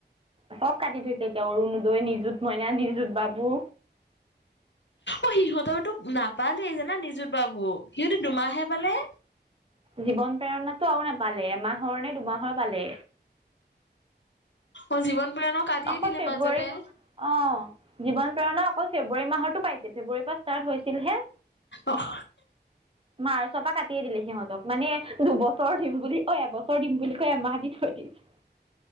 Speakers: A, on the right; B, on the left.
A: চব কাটি থৈছে এতিয়া অৰুণোদয়, নিযুঁত মইনা, নিজুত বাবু।
B: অ সিহঁতৰতো নাপালেই জানা নিজুত বাবু সিহঁতে দুমাহে পালে।
A: জীৱন প্ৰেৰণাটো আৰু নাপালে এমাহৰ নে দুমাহৰ পালে।
B: অ জীৱন প্ৰেৰণাও কাটিয়েই
A: অকল
B: দিলে
A: ফেব্ৰুৱাৰী
B: মাজতে।
A: অ জীৱন প্ৰেৰণা অকল ফেব্ৰুৱাৰী মাহৰতো পাইছিল ফেব্ৰুৱাৰীৰ পৰা ষ্টাৰ্ট হৈছিলহে।
B: অ'
A: মাৰ্চৰ পা কাটিয়ে দিলে সিহঁতক মানে দুবছৰ বছৰ দিম বুলি অ এবছৰ দিম বুলি কয় এমাহ দি থৈ দিছে।